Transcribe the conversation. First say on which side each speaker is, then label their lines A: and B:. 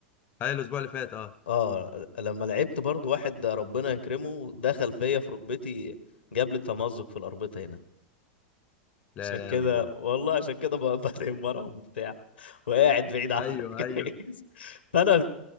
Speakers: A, on the left; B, on the left.
A: هاي الاسبوع اللي فات اه
B: اه لما لعبت برضو واحد ربنا يكرمه دخل فيا في ركبتي جاب لي تمزق في الاربطه هنا
A: لا
B: عشان كده
A: لا الله
B: والله عشان كده ب- <laughs> بنام وراهم وبتاع وقاعد بعيد عنك
A: ايوه ايوه
B: <laughs> فانا